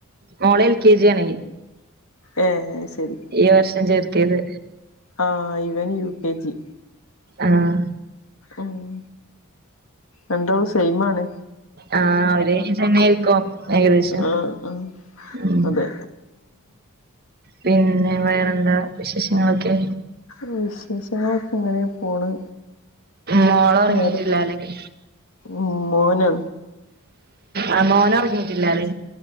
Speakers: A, on the right; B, on the left.
A: മോള് എൽ കെ ജി ആണ്
B: ഏഹ് അത് ശരി
A: ഈ വർഷം ചേർത്തിയത്.
B: ആ ഇവൻ യു കെ ജി.
A: ആഹ്
B: ഉം രണ്ടാളും സെയ്മാണ്.
A: ആ ഒരേയ്ജ് തന്നെയായിരിക്കും ഏകദേശം.
B: ആഹ് ആഹ്
A: ഉം
B: അതെ.
A: പിന്നെ വേറെന്താ വിശേഷങ്ങളൊക്കെ.
B: വിശേഷങ്ങളക്കെ ഇങ്ങനെ പോണ്.
A: മോള് ഉറങ്ങിട്ടില്ലാല്ലേ
B: നേരം ഉം മേനാണ്
A: ആ മോനൊറങ്ങിട്ടില്ലല്ലേ.